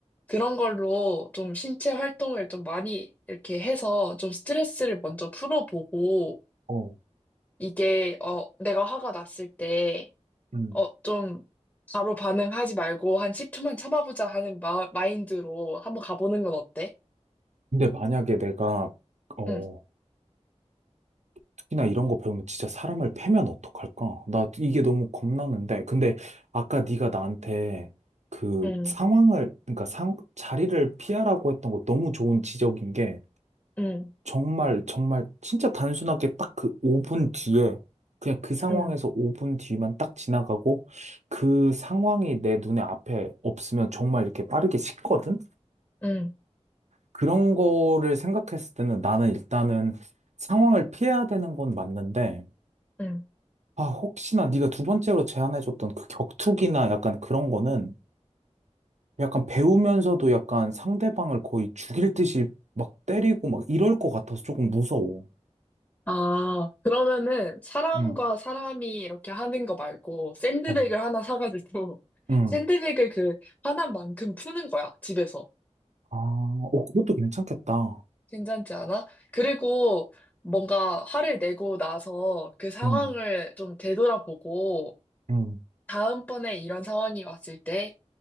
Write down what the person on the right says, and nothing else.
어,
음.
근데 만약에 내가, 어,
특히나 이런 거 배우면 진짜 사람을 패면 어떡할까? 나 이게 너무 겁나는데. 근데 아까 네가 나한테 그
상황을, 그러니까 상, 자리를 피하라고 했던 거 너무 좋은 지적인 게
정말, 정말, 진짜 단순하게 딱 그 5분 뒤에, 그냥 그 상황에서
5분 뒤만 딱 지나가고, 그 상황이 내 눈에 앞에 없으면 정말 이렇게 빠르게 식거든?
그런 거를 생각했을 때는 나는 일단은 상황을 피해야 되는 건 맞는데,
아, 혹시나 네가 두 번째로 제안해줬던 그 격투기나 약간 그런 거는 약간 배우면서도 약간 상대방을 거의 죽일 듯이 막 때리고 막 이럴 것 같아서 조금 무서워.
응.
어.
응.
아, 어, 그것도 괜찮겠다.
응,
응.